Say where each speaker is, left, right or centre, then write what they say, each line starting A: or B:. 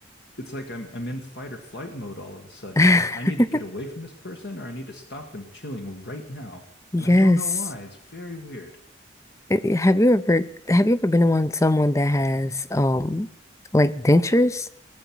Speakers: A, on the left; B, on the left.
A: it's like I'm I'm in fight or flight mode all of a sudden.
B: <laughs>
A: Like I need to get away from this person, or I need to stop them chewing right now,
B: Yes.
A: and I don't know why. It's very weird. <laughs>
B: I- I- Have you ever have you ever been around someone that has um like dentures?